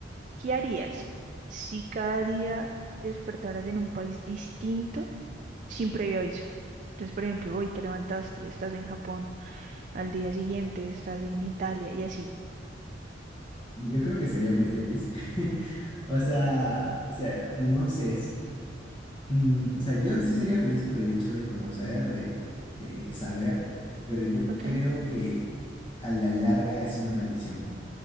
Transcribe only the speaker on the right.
¿qué harías si cada día despertaras en un país distinto sin previo aviso? Entonces, por ejemplo, hoy te levantaste, estás en Japón, al día siguiente estás en Italia y así.
Ok,